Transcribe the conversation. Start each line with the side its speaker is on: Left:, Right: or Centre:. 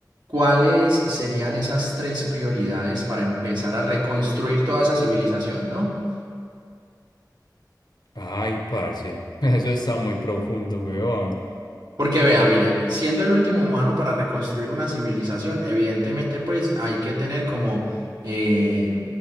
Right: ¿cuáles serían esas tres prioridades para empezar a reconstruir toda esa civilización, ¿no?
Left: Ay, parce, <laughs> eso está muy profundo, weón.
Right: Porque vea, mire, siendo el último humano para reconstruir una civilización, evidentemente pues hay que tener como eh,